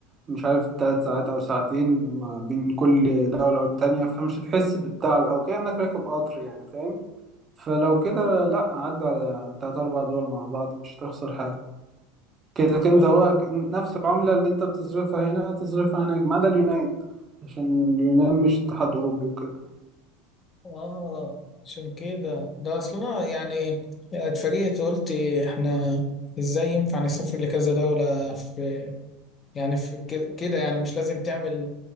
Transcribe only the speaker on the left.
واو
اه عشان كده ده اصلا يعني اتفاجئت قلت احنا ازاي ينفع نسافر لكذا دولة في يعني في كده كده يعني مش لازم تعمل